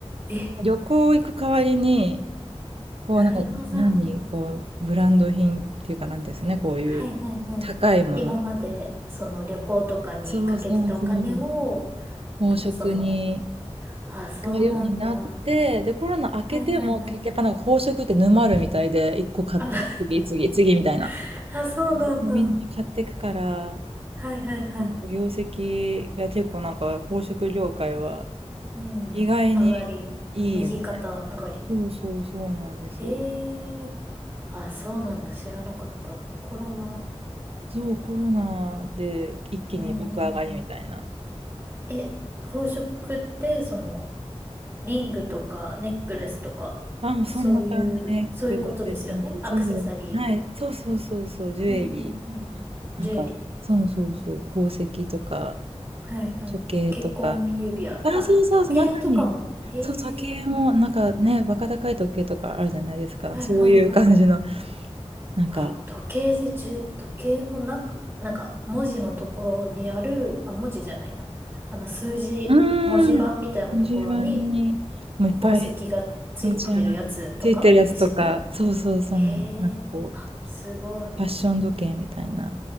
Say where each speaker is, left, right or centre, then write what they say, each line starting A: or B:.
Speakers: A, on the right (about 20°); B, on the right (about 60°).
A: い。え、
B: 旅行行く代わりに、こう、
A: なるほど。
B: なんか、何、こう、ブランド品っていうかなんですね、こういう
A: はいはいはい。
B: 高いもの。
A: 今まで、その旅行とかにかけてたお金を、
B: そうそうそう。宝飾に、
A: その、あ、そうなんだ。
B: がようになって、で、コロナ明けても、
A: はいはいはい。
B: けやっぱなんか宝飾って沼るみたいで、一個買った、
A: あ、
B: 次、次、次みたいな。
A: <laughs> あ、そうなんだ。
B: もうみんな買ってくから、
A: はいはいはい。
B: なんか業績が結構なんか宝飾業界は
A: うん。
B: 意外にいいみたい。
A: 上がり。右肩上がり。
B: そうそうそうなんですよ。
A: へえ。あ、そうなんだ。知らなかった。コロナ。
B: そう、コロナで一気に爆上がりみたいな。
A: うんうんうんうん。え、宝飾って、その、リングとか、ネックレスとか、
B: あ、もうそんな感じね。
A: そういう、そういうことですよね。
B: ネックレス、リング、
A: アクセサリー。
B: そう、はい、そうそうそうそう、ジュエリ
A: うん、うん、うん、うん。
B: ー。
A: ジュエリー。
B: なんか、そうそうそう、宝石とか、
A: はい、はい。
B: 時計とか。
A: 結婚指輪とか、
B: あ、
A: あ、
B: そうそうそう、
A: 時計とかも。
B: まさに。
A: へえ。
B: そう、時計も、なんかね、バカ高い時計とかあるじゃないですか。
A: はい、
B: そういう感じの、
A: はい、はい。
B: なんか、
A: あ、時計でじゅ時計の中、なんか、文字のところにある、あ、文字じゃないな。あの、数字、
B: うーん、
A: 文字盤みたいなところに、
B: 順番に、もういっぱい、
A: 宝石がついてるやつとかですよね。
B: めちゃ、ついてるやつとか、そうそうそうなの、
A: へえ、
B: なんかこう、
A: あ、すごい。
B: ファッション時計みたいな。